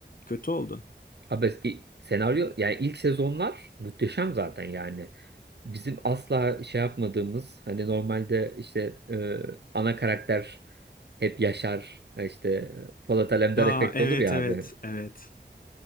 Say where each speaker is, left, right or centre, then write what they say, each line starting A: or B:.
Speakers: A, on the left; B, on the right.
A: Kötü oldu.
B: Abi eski senaryo yani ilk sezonlar muhteşem zaten yani. Bizim asla şey yapmadığımız hani normalde işte e, ana karakter hep Yaşar e, işte e, Polat Alemdar
A: Aa,
B: efekt
A: evet
B: olur ya
A: evet
B: abi.
A: evet.